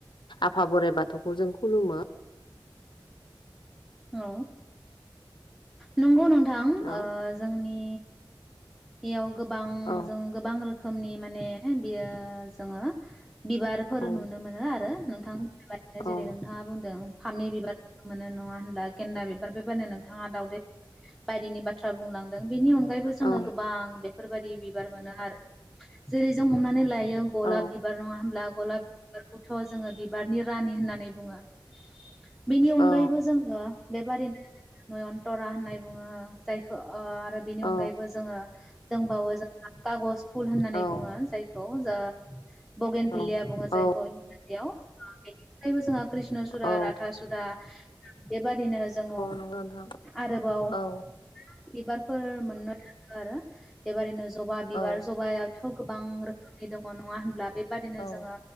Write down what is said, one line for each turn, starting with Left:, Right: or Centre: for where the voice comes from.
Left: आफा बोराइ बाथौखौ जों खुलुमो
Centre: औ नंगौ नों थां
Left: औ
Centre: ओ जोंनि ए एआव गोबां
Left: औ
Centre: जों गोबां रोखोम खोमनि माने बियो जोङो बिबारफोर
Left: औ
Centre: नुनो मोनो आरो थां बेबादिनो
Left: औ
Centre: जेरै नोंथाङा बुंदों फामि बिबार मोनो नङा होन बा गेन्दा बिबार बे <unintelligible> थाङा दावदै बायदिनि बाथ्रा बुंलां दों। बेनि अनगायैबो जोङो
Left: औ
Centre: गोबां फोरबादि बिबार मोनो आरो जेरै जों हमनानै लाय गलाब
Left: औ
Centre: बिबार नङा होमब्ला? गलाब बिबारखौथ' जोङो बिबारनि रानि होननानै बुङो। बेनि अनगायैबो
Left: औ
Centre: जोङो बेबारिनो जोङो नयनतरा होननाय बुङो जायखौ अ आरो बेनि
Left: औ
Centre: अनगायैबो जोङो दोंबावो जोंहा कागज फुल होननानै
Left: औ
Centre: बुङो जायखौ औ जा बगेन भेलिया
Left: औ
Centre: बुङो जायखौ इंराजियाव बेनि अनगायैबो जोङो कृष्ण सुरा
Left: औ
Centre: राधा सुरा बेबादिनो जोङो
Left: नंगौ नोंथां
Centre: आरोबाव
Left: औ
Centre: बिबारफोर मोननो थाङो आरो बेबारिनो जबा बिबार
Left: औ
Centre: जबायाथ' गोबां रोखोमनि दङ नङा होनब्ला? बेबादिनो
Left: औ
Centre: जोङो